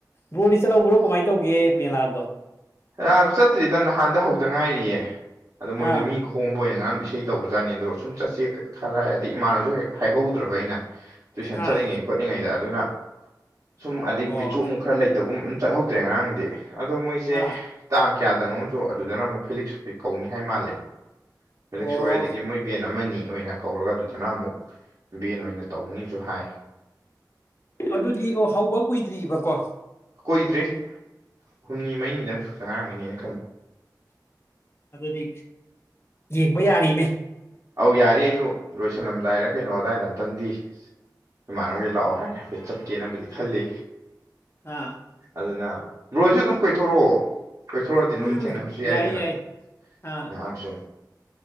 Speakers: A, on the left; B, on the right.
A: ꯔꯣꯗꯤ ꯆꯠꯍꯧꯕ꯭ꯔꯣ ꯀꯃꯥꯏꯅ ꯇꯧꯒꯦ ꯃꯦꯂꯥꯗꯣ
B: ꯥ ꯆꯠꯇ꯭ꯔꯤꯗ ꯅꯍꯥꯟꯗ ꯍꯧꯗ ꯉꯥꯏꯔꯤꯌꯦ ꯑꯗꯣ
A: ꯑꯥ
B: ꯃꯣꯏꯗ ꯃꯤꯀꯣ ꯍꯣꯝꯕ ꯑꯣꯏꯅ ꯉꯔꯥꯡ ꯏꯁꯩ ꯇꯧꯕꯖꯥꯠꯅꯤ ꯑꯗꯣ ꯁꯨꯝ ꯆꯠꯁꯦ ꯈꯜꯂ ꯑꯗꯤ ꯏꯃꯥꯅꯁꯨ ꯍꯦꯛ ꯍꯥꯏꯍꯧꯗ꯭ꯔꯕ ꯑꯩꯅ ꯇꯨꯏꯁꯟ
A: ꯑꯥ
B: ꯆꯠꯂꯤꯉꯩ ꯈꯣꯠꯂꯤꯉꯩꯗ ꯑꯗꯨꯅ ꯁꯨꯝ ꯑꯩ
A: ꯑꯣ
B: ꯕꯤꯆꯨ ꯑꯃꯛ ꯈꯔ ꯂꯩꯇꯒꯨꯝ ꯆꯠꯍꯧꯗ꯭ꯔꯦ ꯉꯔꯥꯡꯗꯤ ꯑꯗꯣ ꯃꯣꯏꯁꯦ
A: ꯑꯥ
B: ꯇꯥꯡ ꯀꯌꯥꯗꯅꯣꯁꯨ ꯑꯗꯨꯗꯅ ꯑꯃꯨꯛ ꯐꯤꯂꯤꯛꯁ ꯍꯣꯏ ꯀꯧꯅꯤ ꯍꯥꯏ ꯃꯥꯜꯂꯦ ꯐꯂꯦꯛ
A: ꯑꯣ
B: ꯁꯣꯏ ꯑꯗꯒꯤ ꯃꯣꯏ ꯕꯦꯟ ꯑꯃꯅꯤ ꯑꯣꯏꯅ ꯀꯧꯔꯒ ꯑꯗꯨꯗꯨꯅ ꯑꯃꯨꯛ ꯕꯦꯟ ꯑꯣꯏꯅ ꯇꯧꯅꯤꯁꯨ ꯍꯥꯏ
A: ꯑꯗꯨꯗꯤ ꯑꯣ ꯍꯧꯕ ꯀꯨꯏꯗ꯭ꯔꯤꯕꯑꯔꯤꯕꯀꯣ
B: ꯀꯣꯏꯏꯗ꯭ꯔꯤ ꯍꯨꯝꯅꯤ ꯃꯔꯤꯅꯤꯗꯪ ꯁꯨꯛꯇ ꯉꯔꯝꯃꯤꯅꯦꯅ
A: ꯑꯗꯨꯗꯤ ꯌꯦꯡꯕ ꯌꯥꯔꯤꯅꯦ
B: ꯑꯧ ꯌꯥꯔꯤꯌꯦ ꯑꯩꯁꯨ ꯂꯣꯏꯁꯤꯜꯂꯝꯗꯥꯏꯔ ꯀꯩꯅꯣ ꯑꯗꯥꯏꯗ ꯑꯝꯛꯇꯪꯗꯤ ꯏꯃꯥꯟꯅꯕꯒꯤ ꯂꯥꯛꯑꯣ ꯍꯥꯏꯒ ꯍꯥꯏꯐꯦꯠꯀꯦꯅꯕꯨꯗꯤ ꯈꯜꯂꯤ
A: ꯑꯥ
B: ꯑꯗꯨꯅ ꯕꯣꯏꯁꯨ ꯑꯗꯨꯝ ꯀꯣꯏꯊꯣꯔꯛꯑꯣ ꯀꯣꯏꯊꯣꯛꯗꯤ
A: ꯎꯝ
B: ꯑꯗꯨꯝ ꯊꯦꯡꯅꯕꯁꯨ
A: ꯌꯥꯏ
B: ꯌꯥꯏꯗꯅ
A: ꯌꯥꯏ ꯑꯥ
B: ꯉꯥꯏꯍꯥꯛꯁꯨ